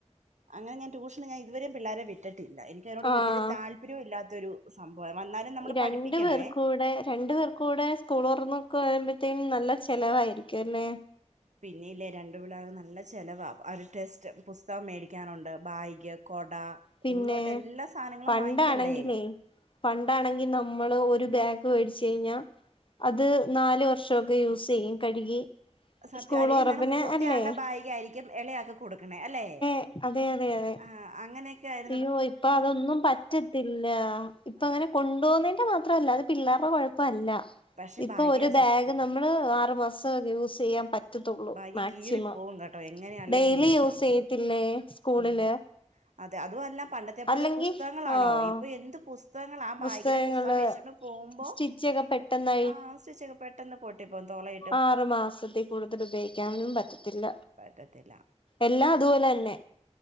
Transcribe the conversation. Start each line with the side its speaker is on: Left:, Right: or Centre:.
Right: അങ്ങനെ ഞാൻ ട്യൂഷന് ഞാനിതുവരെ പിള്ളാരെ വിട്ടിട്ടില്ല. എനിക്കതിനോട്
Left: ആഹ്
Right: വല്യോരു താല്പ് <unintelligible> ഇല്ലാത്ത ഒരു സംഭവാ. വന്നാലും, നമ്മള്
Left: രണ്ടു
Right: പഠിപ്പിക്കണവേ
Left: പേർക്കൂടെ രണ്ടു പേർ കൂടെ സ്കൂൾ തുറന്നൊക്കയാവുമ്പോഴത്തേക്കും നല്ല ചിലവായിരിക്കും അല്ലേ?
Right: പിന്നില്ലേ രണ്ടു പിള്ളേർക്ക് നല്ല ചെലവാ. അവർക്ക് ടെസ്റ്റ് പുസ്തകം മേടിക്കാനുണ്ട്. ബാഗ്, കൊട,
Left: പിന്നെ
Right: ഒന്നോട്ട് എല്ലാ സാധനങ്ങളും
Left: പണ്ടാണെങ്കിലേ
Right: വാങ്ങിക്കണ്ടേ.
Left: പണ്ടാണെങ്കി നമ്മള് ഒരു ബാഗ് മേടിച്ചു കഴിഞ്ഞാ, അത് നാല് വർഷൊക്കെ യൂസ് ചെയ്യും, കഴുകി.
Right: സത്യം
Left: സ്കൂൾ
Right: അല്ലങ്കി
Left: തുറപ്പിന്
Right: നമ്മട മൂത്തയാളുടെ
Left: അല്ലേ
Right: ബാഗായിരിക്കും എളേയാക്കു കൊടുക്കണേ അല്ലെ.
Left: അതെ, അതെ, അതെ.
Right: ആഹ് അങ്ങനെയൊക്കെയായ്
Left: അയ്യോ ഇപ്പൊ അതൊന്നും പറ്റത്തില്ല. ഇപ്പം
Right: ആ
Left: അങ്ങനെ കൊണ്ടു പോകുന്നതിന്റെ മാത്രമല്ല, അത് പിള്ളേരുടെ കുഴപ്പമല്ല.
Right: പക്ഷെ
Left: ഇപ്പൊ
Right: ഭാഗ്യ
Left: ഒരു ബാഗ്
Right: സത്യവാ
Left: നമ്മള് ആറു മാസം യൂസ് ചെയ്യാൻ പറ്റ ത്തുള്ളൂ
Right: ഭാഗ്യ
Left: മാക്സിമം.
Right: കീറിപ്പോവും കേട്ടോ എങ്ങനെയാണെലും
Left: ഡെയിലി
Right: കീറിപ്പോവും
Left: യൂസ് ചെയ്യത്തില്ലേ സ്കൂളില്.
Right: ഉം അതെ അതുമല്ല. പണ്ടത്തെ പോലത്തെ
Left: അല്ലെങ്കി
Right: പുസ്തകങ്ങളാണോ?
Left: ആഹ്
Right: ഇപ്പൊ എന്ത് പുസ് പുസ്തകങ്ങളാ ആ
Left: പുസ്തകങ്ങള്
Right: ബായ്ഗിലെ പുസ്തകം വെച്ചോണ്ട് പോകുമ്പോൾ
Left: സ്റ്റിച്ചൊക്കെ പെട്ടെന്ന്
Right: ആ സ്റ്റിച്ചൊക്കെ പെട്ട് ട്ടന്ന് പൊട്ടിപ്പോകും. തോളേൽ
Left: ആറു മാസത്തിൽ കൂടുതൽ ഉപയോഗിക്കാനും പറ്റത്തില്ല.
Right: പറ്റത്തില്ല
Left: എല്ലാം അതുപോലെ തന്നെ.